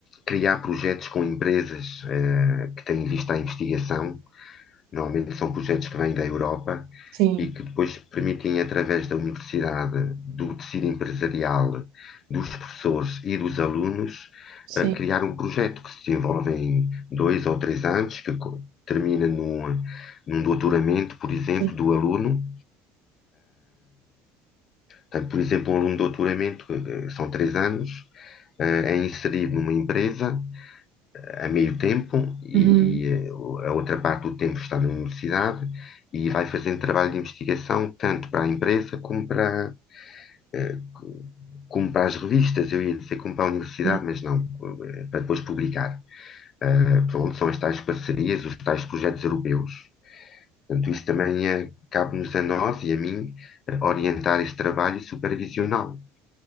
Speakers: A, on the left (about 45°); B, on the right (about 80°).
A: criar projetos com empresas uh, que têm vista à investigação, Normalmente são projetos que vêm da Europa
B: sim,
A: e que depois permitem, através da universidade, do tecido empresarial, dos professores e dos alunos,
B: sim.
A: eh, criar um projeto que se desenvolve em dois ou três anos, que co- termina num, num doutoramento, por exemplo,
B: Sim.
A: do aluno. Portanto, por exemplo, um aluno de doutoramento, eh, são três anos, eh, é inserido numa empresa a meio tempo e
B: Uhum.
A: eh, a outra parte do tempo está na universidade e vai fazendo trabalho de investigação tanto para a empresa como para, eh, como para as revistas, eu ia dizer como para a universidade,
B: sim.
A: mas não, eh, para depois publicar. Ah, pronto, são as tais parcerias, os tais projetos europeus. Portanto, isso também é cabe-nos a nós e a mim eh, orientar este trabalho e supervisioná-lo.